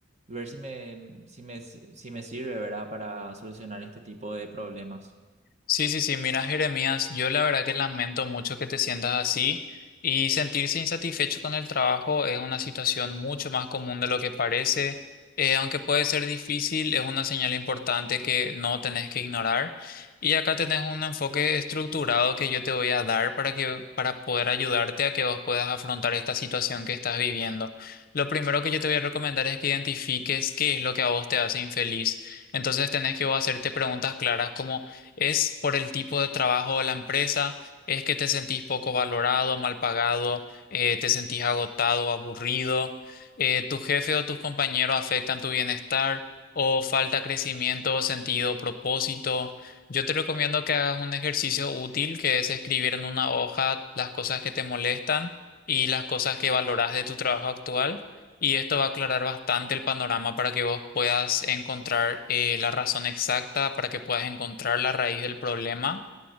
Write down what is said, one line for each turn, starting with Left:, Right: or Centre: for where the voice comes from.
Right: ver si me si me si me sirve, ¿verdad? para solucionar este tipo de problemas.
Left: Sí, sí, sí, mira, Jeremías, yo la verdad que lamento mucho que te sientas así y sentirse insatisfecho con el trabajo es una situación mucho más común de lo que parece. Eh, aunque puede ser difícil, es una señal importante que no tenés que ignorar. Y acá tenés un enfoque estructurado que yo te voy a dar para que, para poder ayudarte a que vos puedas afrontar esta situación que estás viviendo. Lo primero que yo te voy a recomendar es que identifiques qué es lo que a vos te hace infeliz. Entonces tenés que vos hacerte preguntas claras como ¿Es por el tipo de trabajo de la empresa? ¿Es que te sentís poco valorado, mal pagado? eh, ¿te sentís agotado, aburrido? Eh, ¿tu jefe o tus compañeros afectan tu bienestar? ¿O falta crecimiento, sentido, propósito? Yo te recomiendo que hagas un ejercicio útil que es escribir en una hoja las cosas que te molestan y las cosas que valoras de tu trabajo actual y esto va a aclarar bastante el panorama para que vos puedas encontrar eh, la razón exacta, para que puedas encontrar la raíz del problema.